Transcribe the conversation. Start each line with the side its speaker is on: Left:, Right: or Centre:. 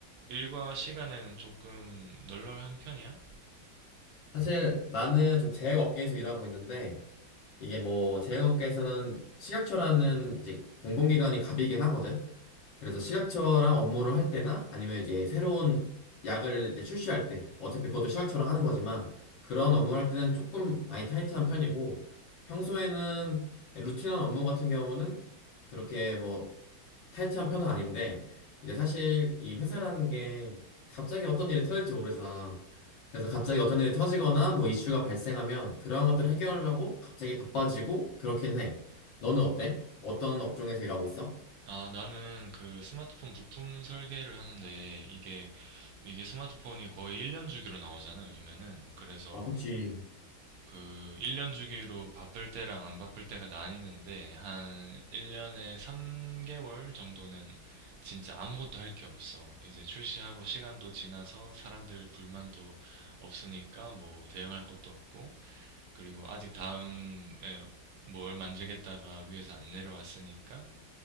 Right: 일과 시간에는 조금 널널한 편이야?
Left: 사실 나는 좀 제약 업계에서 일하고 있는데 이게 뭐 제약업계에서는 식약처라는 이제 공공기관이 갑이긴 하거든. 그래서 식약처랑 업무를 할 때나 아니면 이제 새로운 약을 이제 출시할 때 어차피 그것도 식약처랑 하는 거지만 그런 업무를 할 때는 조금 많이 타이트한 편이고 평소에는 루틴한 업무 같은 경우는 그렇게 뭐 타이트한 편은 아닌데 이제 사실 이 회사라는 게 갑자기 어떤 일이 터질지 모르잖아. 그래서 갑자기 어떤 일이 터지거나 뭐 이슈가 발생하면 그러한 것들을 해결하려고 갑자기 바빠지고 그렇긴 해. 너는 어때? 어떤 업종에서 일하고 있어?
Right: 아, 나는 그 스마트폰 부품 설계를 하는데 이게 이게 스마트폰이 거의 1년 주기로 나오잖아, 요즘에는. 그래서
Left: 아, 그렇지.
Right: 그 1년 주기로 바쁠 때랑 안 바쁠 때가 나뉘는데 한 1년에 3개월 정도는 진짜 아무것도 할 게 없어. 이제 출시하고 시간도 지나서 사람들 불만도 없으니까 뭐 대응할 것도 없고 그리고 아직 다음에 뭘 만들겠다가 위에서 안 내려왔으니까